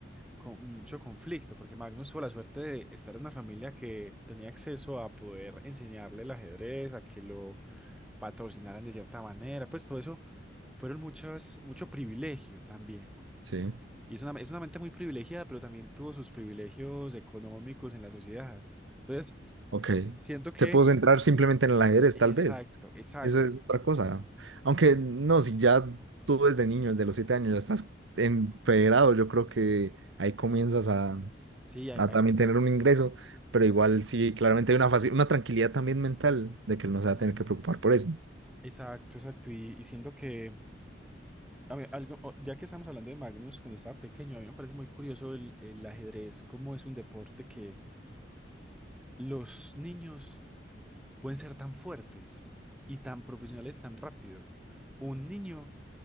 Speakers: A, in the centre; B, on the right (about 85°).
A: con- mucho conflicto, porque Magnus tuvo la suerte de estar en una familia que tenía acceso a poder enseñarle el ajedrez, a que lo patrocinaran de cierta manera. Pues todo eso fueron muchas, mucho privilegio también.
B: Sí,
A: Y es una, es una mente muy privilegiada, pero también tuvo sus privilegios económicos en la sociedad. Entonces,
B: ok.
A: siento que...
B: Se pudo centrar simplemente en el ajedrez,
A: Exacto,
B: tal vez.
A: exacto.
B: Eso es otra cosa. Aunque no, si ya tú desde niño, desde los siete años, ya estás en federado, yo creo que ahí comienzas a,
A: Sí, hay,
B: a
A: hay
B: también
A: ni-
B: tener un ingreso, pero igual sí, claramente hay una faci- una tranquilidad también mental de que no se va a tener que preocupar por eso.
A: Exacto, exacto. Y, y siento que, a mí algo, o- ya que estamos hablando de Magnus, cuando estaba pequeño, a mí me parece muy curioso el, el ajedrez, cómo es un deporte que los niños pueden ser tan fuertes y tan profesionales tan rápido. Un niño